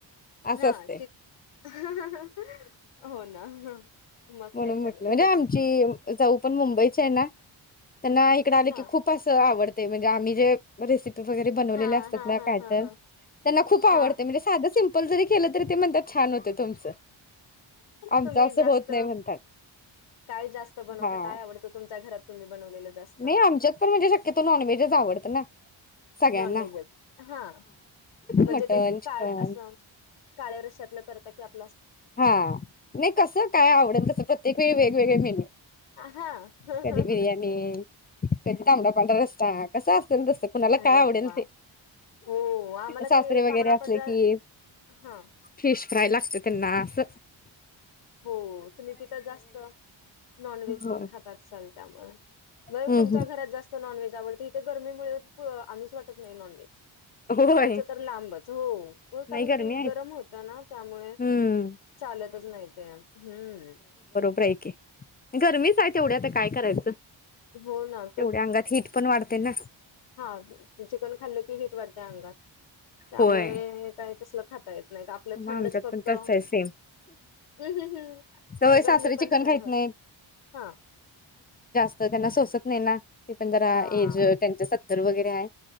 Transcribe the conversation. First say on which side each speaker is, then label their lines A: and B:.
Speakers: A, on the left (about 20°); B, on the left (about 80°).
A: असं
B: हां
A: असते
B: त <unintelligible> हो ना. मग
A: म्हणून
B: काय तर
A: म्हटलं ही
B: हे
A: आमची जाऊ पण मुंबईत. ची आहेना. त्यांना इकड आले
B: हा
A: की खूप असं आवडत. ते म्हणजे आम्ही जे रेसि वगैरे बनवलेले
B: हा
A: असतात
B: हा
A: ना
B: हा
A: काय
B: हा
A: तर
B: हा
A: त्यांना खूप आवडते
B: हा
A: म्हणजे साध सींपल पण जरी केलं तरी ते म्हणत्यात छान होते तुमचं. आमच
B: तुम्ही
A: असं
B: जास्त
A: होत नाही म्हणतात.
B: काय जास्त बनवता
A: हा
B: काय आवडत तुमच्या घरात तुम्ही बनवलेलं जास्त
A: नाही आमच्यात पण म्हणजे शक्यतो नॉनव्हेजच आवडतं ना सगळ्यांना
B: नॉनव्हेजच हा म्हणजे
A: मटन
B: ते का
A: चिकन
B: अस काळ आस काळ्या रश्यातल. करता की <unintelligible>
A: हा नाही कस काय आवडल तस प्रत्येक वेळी वेगवेगळे मिल
B: हा हम्म
A: कधी बिर्याणी. कधी तांबडा पांढरा रस्सा कसा. कुणाला
B: अरे
A: काय आवडेल
B: वा
A: ते
B: हो आम्हाला
A: सासरे
B: ते
A: वगैरे
B: तांबडा
A: असले
B: पंढरा
A: कि
B: हा
A: फिश फ्राय लागतात. त्यांना अस.
B: हो तुम्ही तिथं जास्त नॉनव्हेज
A: होय.
B: पण खात अस्ताल त्यामुळे बर
A: हम्म
B: तुमच्या
A: हम्म.
B: घरात जास्त नॉनव्हेज आवडती इथे गरमीमुळे आनूच वाटत नाही नॉनव्हेज. खायचं
A: होय
B: तर लांबाच हो हो कारण
A: नाही गरमी
B: की
A: आहे
B: गरम होत ना त्यामुळे
A: हम्म
B: चालतच नाही. हम्म
A: व्हय की, गरमीच आहे तेवढी आता काय करायचं.
B: हो ना
A: तेवढ्या
B: तर
A: अंगात हीट पण वाढते ना
B: हा चिकन खाल्लं की वाडत अंगात त्यामुळे
A: होय
B: काय तसल खाताय? नाही आपलं
A: मग
B: थंडच
A: आमच्यात
B: फक्त,
A: पण
B: हम्म
A: तसं आहे सेम
B: हम्म
A: सवय
B: हम्म
A: सासरे
B: गरमी पण
A: चिकन
B: सन
A: खायत
B: होत
A: नाहीत
B: नई. हा
A: तर त्यांना सोसत नाही ना, ते पण जरा
B: हा
A: एज त्यांच सत्तर वगैरे हाय.